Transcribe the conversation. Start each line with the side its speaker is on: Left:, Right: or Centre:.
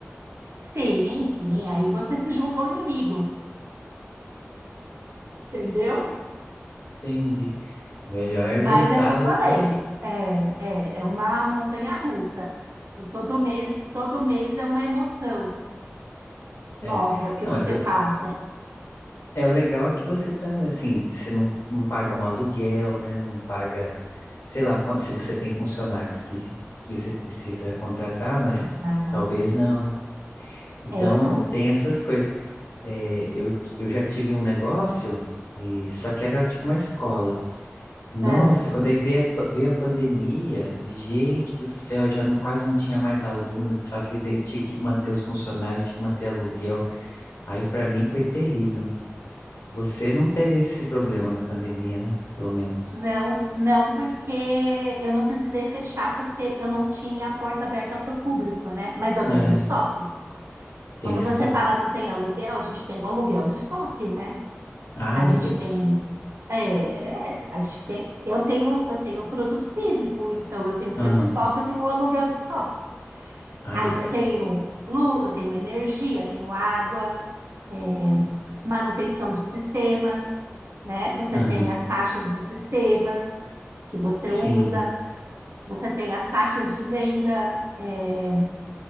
Right: sim, sim, aí você se junta ao inimigo, entendeu?
Left: Entendi. É Melhor
Right: Mas
Left: juntar
Right: é o que eu falei,
Left: do que...
Right: é, é, é uma montanha russa. E todo mês, todo mês é uma emoção nova
Left: É.
Right: que
Left: Não,
Right: você
Left: mas o-
Right: passa.
Left: é o legal é que você tá, assim, você não, não paga um aluguel, né? Não paga, sei lá, quan- se você tem funcionários que, que você precisa contratar, mas
Right: Ah,
Left: talvez não. Então,
Right: É, então,
Left: tem essas coisas. É, eu, eu já tive um negócio, e só que era tipo uma escola. Nossa,
Right: é,
Left: quando aí veio a, pa- veio a pandemia, de gente do céu, já não, quase não tinha mais aluno, só que daí tinha que manter os funcionários, tinha que manter aluguel. Aí pra mim foi terrível. Você não teve esse problema na pandemia, né? Pelo menos.
Right: Não, não, porque eu não precisei fechar, porque eu não tinha a porta aberta para o público, né? Mas eu
Left: É,
Right: tenho um estoque. Quando
Left: tem o estoque.
Right: você fala não tem aluguel, a gente tem um aluguel de estoque, né?
Left: Ai,
Right: A
Left: meu
Right: gente
Left: Deus.
Right: tem, é, a gente tem, eu tenho, eu tenho produto físico, então eu tenho que
Left: Aham.
Right: ter um estoque, eu tenho um aluguel de estoque.
Left: Ai,
Right: Aí
Left: ai,
Right: eu
Left: ai.
Right: tenho luz, eu tenho energia, tenho água, é, manutenção dos sistemas, né? Você
Left: Aham.
Right: tem as taxas dos sistemas que você
Left: Sim,
Right: usa. Você tem as taxas de venda, é,